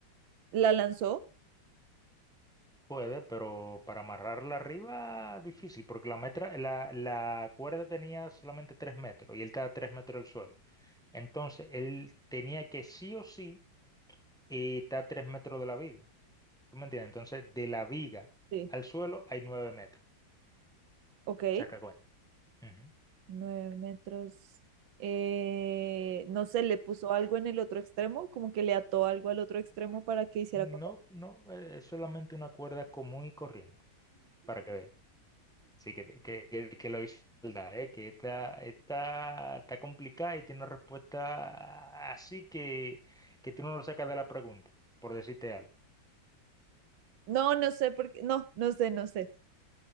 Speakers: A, on the right (about 85°); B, in the centre.
A: la lanzó?
B: Puede, pero para amarrarla arriba difícil, porque la, metra, la, la cuerda tenía solamente tres metros y él estaba a tres metros del suelo. Entonces él tenía que sí o sí eh, estar a tres metros de la viga. ¿Tú me entiendes? Entonces, de la viga
A: Sí.
B: al suelo hay nueve metros.
A: Ok.
B: Saca cuenta. Ujú.
A: Nueve metros. Eh, no sé, le puso algo en el otro extremo, como que le ató algo al otro extremo para que hiciera.
B: No,
A: contacto.
B: no, eh, es solamente una cuerda común y corriente, para que veas. Sí, que, que, que, que lo hizo maldad, ¿eh? Que está, está, está complicada y tiene una respuesta así que, que tú no lo sacas de la pregunta, por decirte algo.
A: No, no sé por qué. No, no sé, no sé.